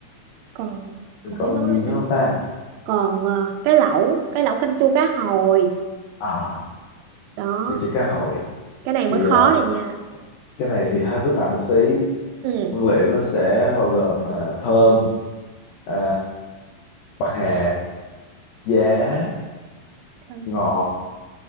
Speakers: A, on the right; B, on the left.
A: còn
B: mình
A: còn
B: còn
A: mấy món
B: gì
A: nữa
B: nữa
A: ta
B: không ta
A: còn ờ, cái lẩu cái lẩu canh chua cá hồi
B: à
A: đó
B: mình cho cá hồi
A: cái này mới
B: thì
A: khó
B: à,
A: này nha
B: cái này thì hơi phức tạp một xí
A: ừ
B: nguyên liệu nó sẽ bao gồm mà thơm à, bạc hà giá
A: ừ
B: ngò